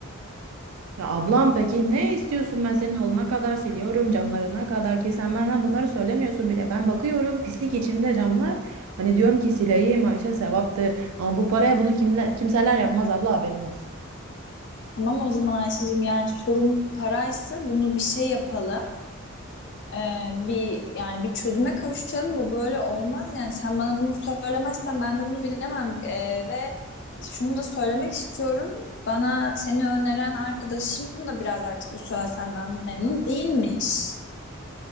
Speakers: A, on the right; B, on the left.
A: Ya ablam peki ne istiyorsun? Ben senin halına kadar siliyorum, camlarına kadar ki sen bana bunları söylemiyorsun bile. Ben bakıyorum pislik içinde camlar. Hani diyorum ki sileyim Ayşe sevaptır. Ama bu paraya bunu kimler kimseler yapmaz abla haberin olsun.
B: Tamam o zaman Ayşe'cim yani sorun paraysa bunu bir şey yapalım. e, bir yani bir çözüme kavuşacağını bu böyle olmaz yani sen bana bunu söylemezsen ben de bunu bilemem E, ve şunu da söylemek istiyorum bana seni öneren arkadaşım da biraz artık bu süre senden memnun değilmiş.